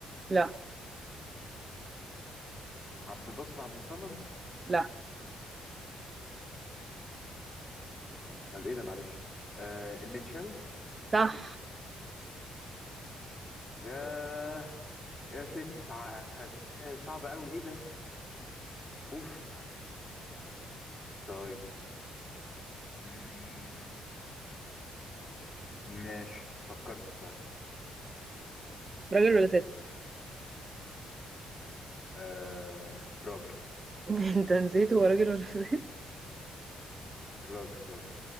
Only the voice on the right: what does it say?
لا
لا
صح
راجل ولا ست
<laughs> انت نسيت هو راجل ولا ست